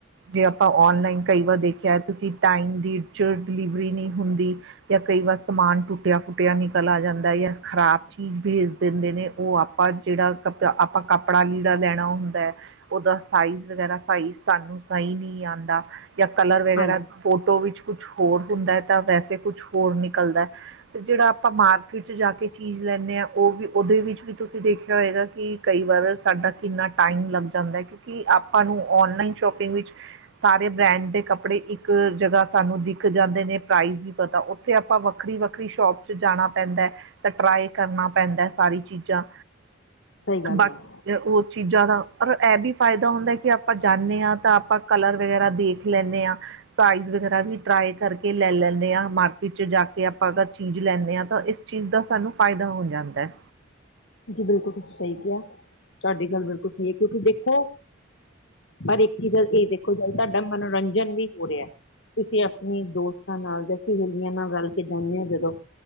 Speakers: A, on the right; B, on the left.
A: ਜੇ ਆਪਾਂ ਔਨਲਾਈਨ ਕਈ ਵਾਰ ਦੇਖਿਆ ਤੁਸੀਂ ਟਾਈਮ ਦੀ 'ਚ ਡਿਲੀਵਰੀ ਨਹੀਂ ਹੁੰਦੀ। ਜਾਂ ਕਈ ਵਾਰ ਸਮਾਨ ਟੁਟਿਆ ਫੁੱਟਿਆ ਨਿਕਲ ਆ ਜਾਂਦਾ ਜਾਂ ਖ਼ਰਾਬ ਚੀਜ਼ ਭੇਜ ਦਿੰਦੇ ਨੇ ਉਹ ਆਪ। ਪਰ ਜਿਹੜਾ ਕਪ ਆਪਾਂ ਕੱਪੜਾ ਲੀੜਾ ਲੈਣਾ ਹੁੰਦਾ। ਉਹਦਾ ਸਾਈਜ਼ ਵਗੈਰਾ ਸਾਈਜ਼ ਸਾਨੂੰ ਸਹੀ ਨਹੀਂ ਆਉਂਦਾ ਜਾਂ ਕਲਰ ਵਗੈਰਾ
B: ਹਾਂਜੀ
A: ਫੋਟੋ ਵਿੱਚ- ਕੁਛ ਹੋਰ ਹੁੰਦਾ ਤਾਂ ਵੈਸੇ ਕੁਛ ਹੋਰ ਨਿਕਲਦਾ। ਜਿਹੜਾ ਆਪਾਂ ਮਾਰਕੀਟ ਚ ਜਾ ਕੇ ਚੀਜ਼ ਲੈਂਣੇ ਆਾਂ ਉਹ ਵੀ ਉਹਦੇ ਵਿੱਚ ਵੀ ਤੁਸੀਂ ਦੇਖਿਆ ਹੋਏਗਾ। ਕਿ ਕਈ ਵਾਰ ਸਾਡਾ ਕਿੰਨਾ ਟਾਈਮ ਲੱਗ ਜਾਂਦਾ ਕਿਉਂਕਿ ਆਪ ਹਾਨੂੰ ਔਨਲਾਈਨ ਸ਼ੋਪਿੰਗ ਵਿੱਚ ਸਾਰੇ ਬ੍ਰੈਂਡ ਦੇ ਕੱਪੜੇ ਇੱਕ ਇੱਕ ਜਗ੍ਹਾ ਸਾਨੂੰ ਦਿਖ ਜਾਂਦੇ ਨੇ ਪ੍ਰਾਈਜ਼ ਨਈ ਪਤਾ ਉੱਥੇ ਆਪਾਂ ਵੱਖਰੀ ਵੱਖਰੀ ਸ਼ੋਪ 'ਚ ਜਾਣਾ ਪੈਂਦਾ। ਤੇ ਟਰਾਈ ਕਰਨਾ ਪੈਂਦਾ ਸਾਰੀ ਚੀਜ਼ਾਂ।
B: ਸਹੀ ਗੱਲ
A: ਬਾਕ
B: ਹੈ
A: ਉਹ ਚੀਜ਼ਾਂ ਦਾ ਪਰ ਇਹ ਵੀ ਫਾਇਦਾ ਹੁੰਦਾ ਕਿ ਆਪਾਂ ਜਾਂਨੇ ਹਾਂ ਤਾਂ ਆਪਾਂ ਕਲਰ ਵਗੈਰਾ ਦੇਖ ਲੈਂਨੇ ਹਾਂ। ਸਾਈਜ਼ ਵਗੈਰਾ ਵੀ ਟਰਾਈ ਕਰਕੇ ਲੈ ਲੈਂਨੇ ਹਾਂ ਮਾਰਕੀਟ 'ਚ ਜਾ ਕੇ ਆਪਾਂ ਚੀਜ਼ ਲੈਂਨੇ ਹਾਂ ਤਾਂ ਇਸ ਚੀਜ਼ ਦਾ ਸਾਨੂੰ ਫਾਇਦਾ ਹੋ ਜਾਂਦਾ ਹੈ।
B: ਜੀ ਬਿਲਕੁਲ ਤੁਸੀਂ ਸਹੀ ਕਿਹਾ ਤੁਹਾਡੀ ਗੱਲ ਬਿਲਕੁਲ ਸਹੀ ਹੈ। ਕਿਉਂਕਿ ਦੇਖੋ? ਪਰ ਇੱਕ ਚੀਜ਼ ਦਾ ਇਹ ਦੇਖੋ ਤਾਡਾ ਮਨੋਰੰਜਨ ਵੀ ਹੋ ਰਿਹਾ। ਤੁਸੀਂ ਆਪਣੇ ਦੋਸਤਾਂ ਨਾਲ ਜਾਂ ਸਹੇਲੀਆਂ ਨਾਲ ਰਲ ਕੇ ਜਾਂਦੇ ਹੋ ਜਦੋਂ।